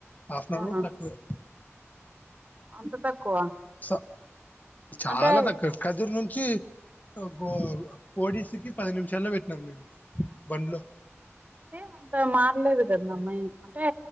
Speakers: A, on the left (about 35°); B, on the right (about 35°).
A: హాఫ్ అన్ అవర్
B: అవునా
A: కూడా తక్కువే
B: అంత తక్కువ
A: స చాలా
B: అంటే
A: తక్కవ కదిరి నుంచి గో ఓడిసీకి పది నిమిషాల్లో పెట్టినాం మేము బండ్లో
B: అంటే అంత మారలేదు కద అమ్మాయి అంటే